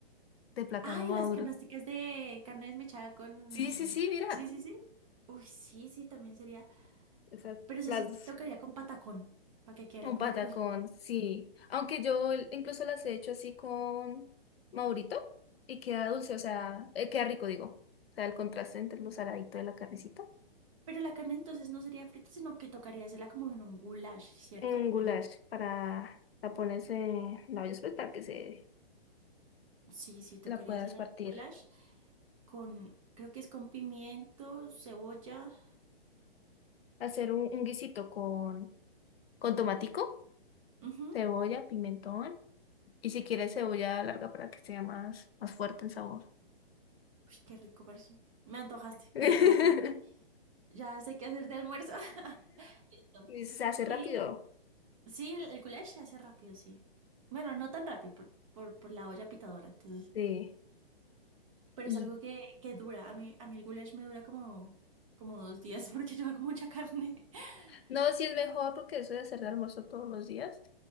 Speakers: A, on the left; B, on the right.
A: de plátano
B: Ay,
A: maduro?
B: las canasticas de carne desmechada con...
A: Sí, sí, sí, mira.
B: Sí, sí, sí. Uy, sí, sí, también sería.
A: Esas,
B: Pero eso
A: las
B: sí
A: dos.
B: tocaría con patacón, para que quedaran
A: Un
B: como
A: patacón,
B: crujientes.
A: sí. Aunque yo l- incluso las he hecho así con Maurito y queda dulce, o sea, eh, queda rico, digo. O sea, el contraste entre lo saladito de la carnecita.
B: Pero la carne entonces no sería frita, sino que tocaría hacerla como en un goulash, ¿cierto?
A: Un
B: como
A: goulash
B: en
A: para la pones en la olla pues, para que se
B: Sí, sí, tocaría
A: la puedas
B: hacer el
A: partir.
B: goulash con, creo que es con pimiento, cebolla.
A: Hacer un, un guisito con, con tomatico,
B: Ujú.
A: cebolla, pimentón y si quieres cebolla larga para que sea más, más fuerte el sabor.
B: Uy, qué rico parece. Me antojaste,
A: <laughs>
B: me antojaste. Ya sé qué hacer de almuerzo. <laughs> Listo.
A: Y se hace
B: Y
A: rápido.
B: sí, el el goulash se hace rápido, sí. Bueno, no tan rápido por, por, por la olla pitadora, entonces.
A: Sí.
B: Pero
A: Y
B: es algo que, que dura. A mí, a mí el goulash me dura como, como dos días <laughs> porque yo hago mucha carne. <laughs>
A: No, sí es mejor porque eso de hacer de almuerzo todos los días,